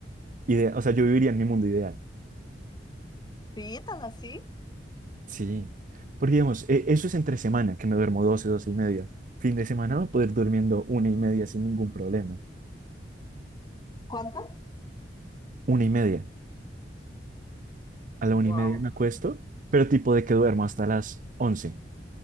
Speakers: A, on the right; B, on the left.
A: Ide- o sea, yo viviría en mi mundo ideal.
B: ¿Sí? ¿Tan así?
A: Sí. Porque, digamos, e- eso es entre semana, que me duermo 12, 12 y media. Fin de semana voy a poder
B: Sí.
A: durmiendo una y media sin ningún problema.
B: ¿Cuántas?
A: Una y media. A la
B: Wow.
A: una y media me acuesto, pero tipo de que duermo hasta las 11,